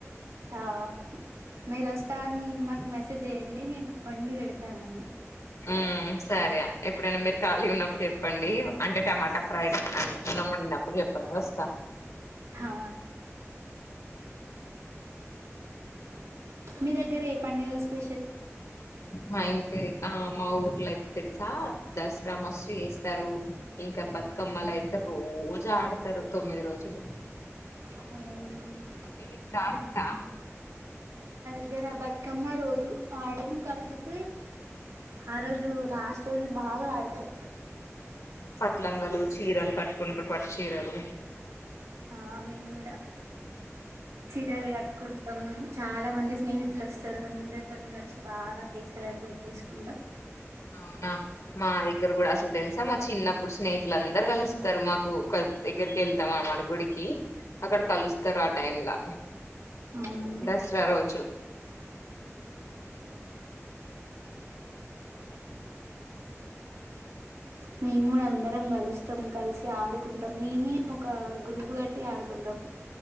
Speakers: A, on the right (about 80°); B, on the left (about 80°).
A: ఆ మీరొస్తాన్ మాక్ మెసేజ్ జేయండి నేను వండి వెడతానన్ని
B: ఉమ్ సరే ఎప్పుడైనా మీరు ఖాళీగున్నప్పుడు చెప్పండి అంటే టమా ఫ్రై అన్నం ఒన్డినప్పుడు చెప్పండి వొస్త
A: హా మీ దగ్గర ఏ పండుగలు స్పెషల్
B: మా ఇంటి ఆ మా ఊర్లయిత్తెల్సా దసరా మస్త్ చేస్ తరూ ఇంక బతుకమ్మలయితె రోజాడతరు తొమ్మిది రోజులు
A: అవున
B: ఇది తాగుతరా
A: గ్గర బతుకమ్మ రోజు ఆడం కాకపోతే ఆ రోజు లాస్ట్ రోజు బాగ ఆడతం
B: పట్లంగలు చీరలు కట్టుకుంట్రు పట్టు చీరలు
A: ఆ మేము గూడ చీరల్ గట్కుంటం చాలా మంది స్నేహితులొస్తరు అందరితోని గలిసి బాగ సెలబ్రేట్ చేసుకుంటం
B: అవునా మా దగ్గర గూడా అసలు దెల్సా మా చిన్నప్పుడు స్నే లందరు గలుస్తరు మాకు ఒక దగ్గరికెళ్తాం అన్నమాట గుడికీ అక్కడ కలుస్తరు ఆ టైమ్లా
A: అవును
B: దసరా రోజు
A: మేముగుడ అందరం గలుస్తం కలిసి ఆడుకుంటం మేమే ఒకా గ్రూపు గట్టి ఆడుకుంటం ము